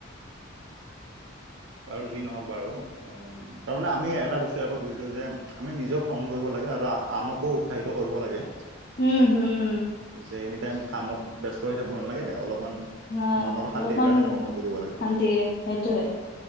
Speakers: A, on the right (about 75°); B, on the left (about 45°).
A: বাৰু যি নহওক বাৰু উম, তাৰমানে আমি এটা বস্তু ইয়াৰ পৰা বুজিলো যে আমি নিজেও ভ্ৰমণ কৰিব লাগে আৰু আনকো উৎসাহিত কৰিব লাগে।
B: উম, হুম।
A: যে, এনি টাইম কামত ব্যস্ত হৈ থাকিব নালাগে, অলপমান
B: অ',
A: মনৰ শান্তিৰ
B: অলপমান
A: কাৰণে ভ্ৰমণ কৰিব লাগে
B: শান্তি সেইটোয়ে।